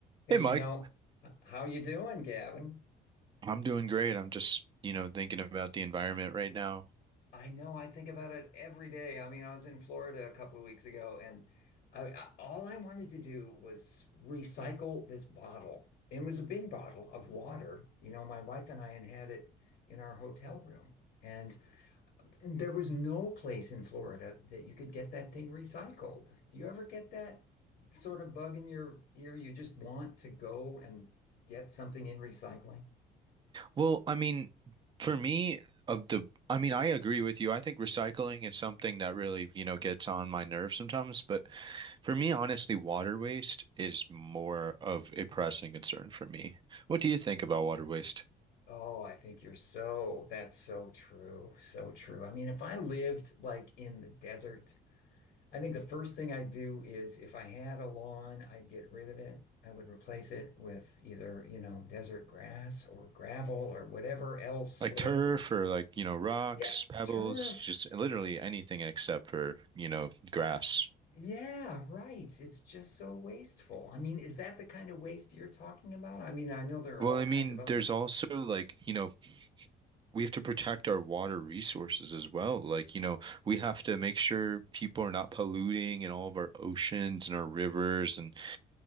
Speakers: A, on the left; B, on the right.
A: Hey,
B: Hey
A: you
B: Mike,
A: know, h- how you doing, Gavin?
B: I'm doing great. I'm just, you know, thinking about the environment right now.
A: I know I think about it every day. I mean, I was in Florida a couple of weeks ago and I, I- all I wanted to do was recycle this bottle. It was a big bottle of water. You know, my wife and I had had it in our hotel room. And there was no place in Florida that you could get that thing recycled. Do you ever get that sort of bug in your ear? You just want to go and get something in recycling?
B: Well, I mean, for me, of the, I mean, I agree with you. I think recycling is something that really, you know, gets on my nerves sometimes. But for me, honestly, water waste is more of a pressing concern for me. What do you think about water waste?
A: Oh, I think you're so, that's so true. So true. I mean, if I lived like in the desert, I think the first thing I'd do is if I had a lawn, I'd get rid of it. I would replace it with either, you know, desert grass or gravel or whatever else,
B: Like
A: whatever.
B: turf or like, you know, rocks,
A: Yeah,
B: pebbles,
A: turf.
B: just literally anything except for, you know, grass.
A: Yeah, right. It's just so wasteful. I mean, is that the kind of waste you're talking about? I mean, I know there are
B: Well,
A: all
B: I
A: kinds
B: mean,
A: of other
B: there's also like, you know, we have to protect our water resources as well. Like, you know, we have to make sure people are not polluting in all of our oceans and our rivers, and